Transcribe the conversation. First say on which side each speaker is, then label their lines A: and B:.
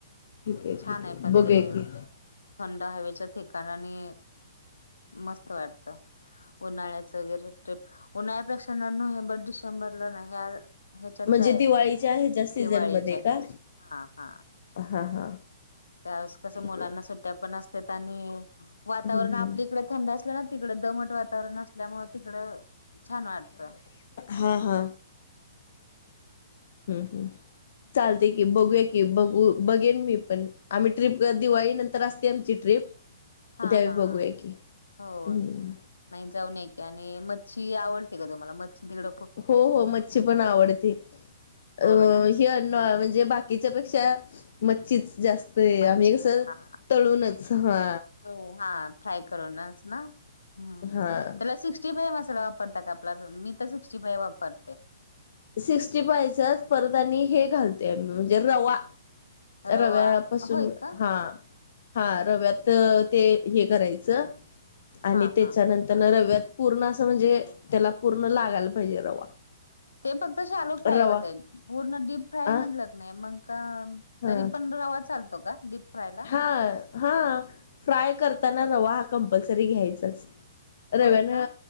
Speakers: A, on the left (about 50°); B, on the left (about 70°).
A: ठीक
B: छान
A: ठीक
B: आहे पण
A: बघूया
B: ते
A: की
B: थंड हवेचे ठिकाण आणि मस्त वाटत. उन्हाळ्यात वगैरे ट्रिप उन्हाळ्यापेक्षा ना नोहेंबर डिसेंबरला ना ह्या ह्याच्यात
A: म्हणजे
B: जायच
A: दिवाळीच्या ह्याच्या सीझन
B: दिवाळीच्या
A: मध्ये का
B: हा हा
A: हा हा
B: त्यावेळेस कस
A: ठीक
B: मुलांना
A: आहे
B: सुट्ट्या पण असत्यात आणि वातावरण
A: हम्म हम्म
B: आपलीकडे थंड असल्या ना तिकड दमट वातावरण असल्यामुळ तिकड छान वाटत.
A: हा हा हम्म हम्म चालतय की बघूया की बघू बघेन मी पण आम्ही ट्रीप दिवाळी नंतर असते आमची ट्रीप.
B: हा
A: त्यावेळी
B: हा
A: बघूया
B: हा
A: की.
B: हो
A: हम्म
B: नाही जाऊन या की. आणि मच्छी आवडते का तुम्हाला? मच्छी तिकड
A: हो हो मच्छी पण आवडती. अ
B: हो ना
A: ही अन्न म्हणजे बाकी बाकीच्या पेक्षा मच्छीच जास्त आहे.
B: मच्छी
A: आम्ही कस
B: हा
A: तळूनच हा
B: हो हा फ्राय करूननच ना. हम्म
A: हा
B: त्याला सिक्स्टी फाईव मसाला वापरता का आपला तो. मी तर सिक्स्टीफाईव वापरते.
A: सिक्स्टी फायचच परत आणि हे घालते. म्हणजे रवा.
B: रवा
A: रव्यापासून
B: होय का
A: हा हा रव्यात तर ते हे करायच. आणि
B: हा
A: त्याच्यानंतर
B: हा
A: ना रव्यात पूर्ण अस म्हणजे त्याला पूर्ण लागायला पाहिजे रवा.
B: ते फक्त शालू फ्राय
A: रवा
B: होताय. पूर्ण डीप फ्राय
A: अ
B: म्हणल का नाही मग का
A: हा
B: तरी पण रवा चालतो का डीप फ्रायला.
A: हा हा फ्राय करताना
B: होय
A: रवा हा कंपल्सरी घ्यायचाच. रव्याने
B: होय का